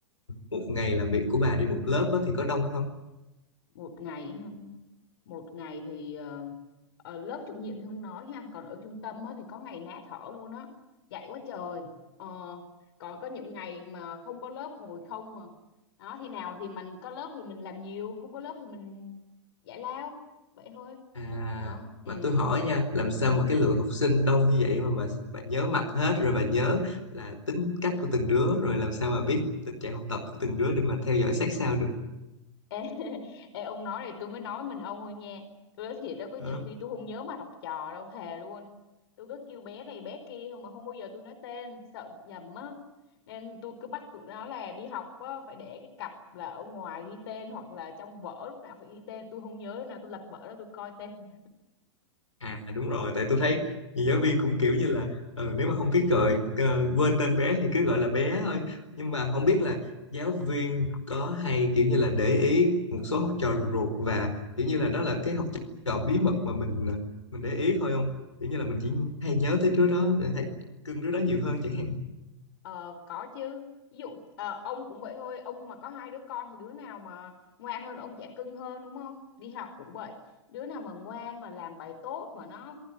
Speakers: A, on the left (about 80°); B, on the left (about 55°).
A: một ngày làm việc của bà đi một lớp á, thì có đông hay không?
B: một ngày một ngày thì ờ, ở lớp chủ nhiệm thì không nói nha còn ở trung tâm á, thì có ngày ná thở luôn á dạy quá trời Ờ, còn có những ngày mà không có lớp ngồi không mà đó thì nào thì mình có lớp thì mình làm nhiều không có lớp thì mình giải lao vậy thôi
A: À,
B: đó ừ
A: mà tôi hỏi nha, làm sao
B: ừ
A: mà cái lượng học sinh đông như vậy mà bà, bà nhớ mặt hết rồi bà nhớ là tính cách của từng đứa rồi làm sao mà biết tình trạng học tập của từng đứa để mà theo dõi sát sao
B: Ê, <laughs> ê, ông nói này tôi mới nói mình ông thôi nha tôi nói thiệt đó có nhiều
A: được.
B: khi tôi không nhớ mặt học trò đâu thề luôn tôi cứ kêu bé này bé kia thôi mà không bao giờ tôi nói tên sợ bị nhầm á nên tôi cứ bắt tụi nó là đi học á, phải để cái cặp là ở ngoài ghi tên hoặc là trong vở lúc nào phải ghi tên tôi không nhớ lúc nào tôi lật vở đó tôi coi tên
A: À đúng rồi, tại tôi thấy nhiều giáo viên cũng kiểu như là ờ, nếu mà không biết gọi ờ, quên tên bé thì cứ gọi là bé thôi. Nhưng mà không biết là giáo viên có hay kiểu như là để ý một số học trò ruột và kiểu như là đó là cái học trò bí mật mà mình ờ, mình để ý thôi không? Kiểu như là mình chỉ hay nhớ tới đứa đó hay cưng đứa đó nhiều hơn chẳng hạn.
B: Ờ, có chứ ví dụ ờ, ông cũng vậy thôi ông mà có hai đứa con thì đứa nào mà ngoan hơn ông trẻ cưng hơn đúng không đi học cũng vậy đứa nào mà ngoan mà làm bài tốt mà nó